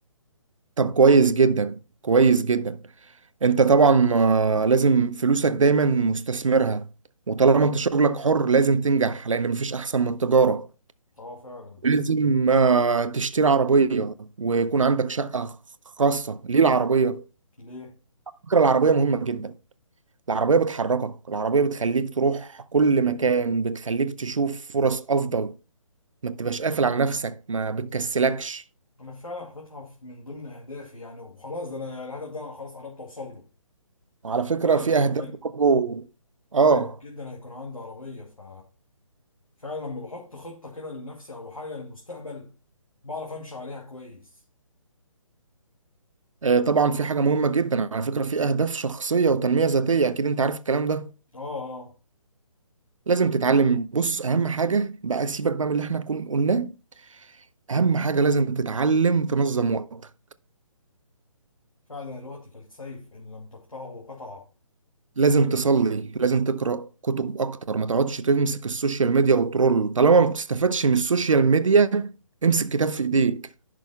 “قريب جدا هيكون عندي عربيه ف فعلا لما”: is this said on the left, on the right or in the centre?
Left